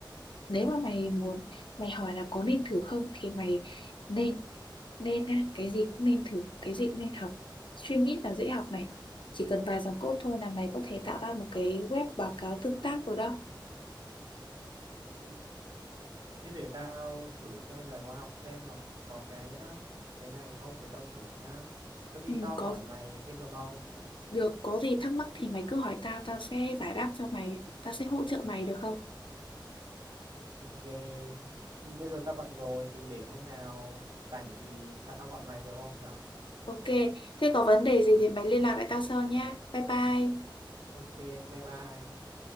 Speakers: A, on the left (about 80°); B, on the right (about 70°).
A: Nếu mà mày muốn, mày hỏi là có nên thử không thì mày nên, nên á, cái gì cũng nên thử, cái gì cũng nên học. Streamlit là dễ học này, chỉ cần vài dòng code thôi là mày có thể tạo ra một cái web báo cáo tương tác rồi đó.
B: ừ. thế để tao thử xem vài khóa học xem nó có cái cái này không để tao thử nhá có gì
A: Ừ,
B: tao
A: có
B: hỏi mày thêm được không
A: được, có gì thắc mắc thì mày cứ hỏi tao, tao sẽ giải đáp cho mày, tao sẽ hỗ trợ mày được không?
B: Ok. Ừ, Bây giờ tao bận rồi thì để hôm nào rảnh thì tao gọi mày được không nhở?
A: Ok, thế có vấn đề gì thì mày liên lạc lại tao sau nhá. Bye bye.
B: Ok, bye bye.